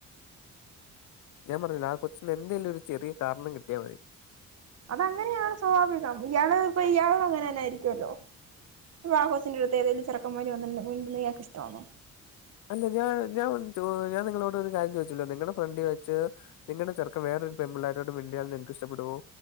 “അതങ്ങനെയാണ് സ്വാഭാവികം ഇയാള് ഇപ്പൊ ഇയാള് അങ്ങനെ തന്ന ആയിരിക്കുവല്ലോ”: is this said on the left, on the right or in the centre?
Right